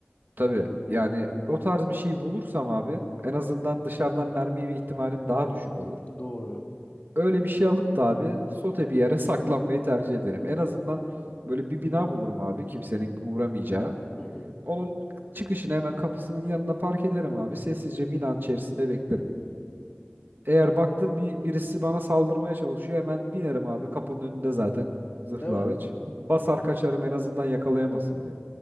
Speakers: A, on the right; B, on the left.
A: Tabii yani o tarz bir şey bulursam abi en azından dışarıdan mermi yeme ihtimalim daha düşük olur.
B: Doğru.
A: Öyle bir şey alıp da abi sote bir yere <laughs> saklanmayı tercih ederim. En azından böyle bir bina bulurum abi kimsenin uğramayacağı.
B: Hı hı.
A: Onun çıkışını hemen kapısının yanına park ederim abi. Sessizce binanın içerisinde beklerim. Eğer baktım bir birisi bana saldırmaya çalışıyor hemen binerim abi kapının önünde zaten zırhlı
B: Değil mi?
A: araç. Basar kaçarım en azından yakalayamasın beni.